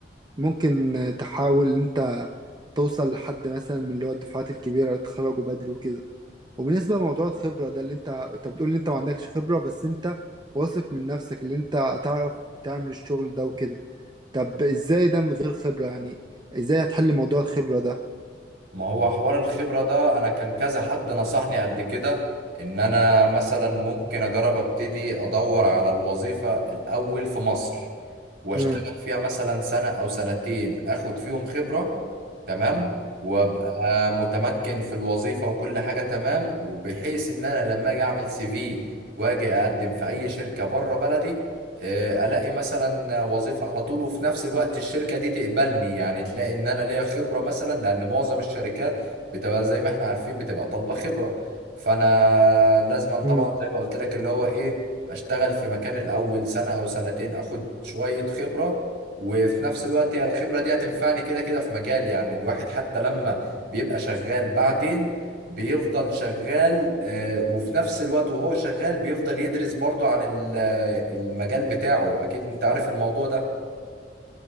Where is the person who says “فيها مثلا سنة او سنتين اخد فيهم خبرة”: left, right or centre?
Right